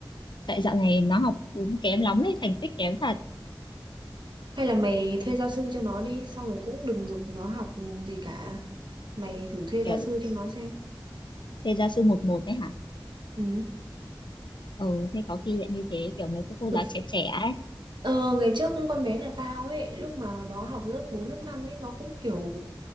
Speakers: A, on the left; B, on the right.
A: tại dạo này nó học cũng kém lắm ấy thành tích kém thật
B: Hay là mày thuê gia sư cho nó đi Xong rồi cũng đừng giục nó học gì cả Mày thử thuê
A: kiểu
B: gia sư cho nó xem
A: thế gia sư một một đấy hả
B: Ừ.
A: ừ thế có khi lại như thế kiểu mấy cái cô
B: Thực
A: giáo trẻ trẻ ấy
B: Ờ, ngày trước con bé nhà tao ấy lúc mà nó học lớp 4 lớp 5 ấy nó cũng kiểu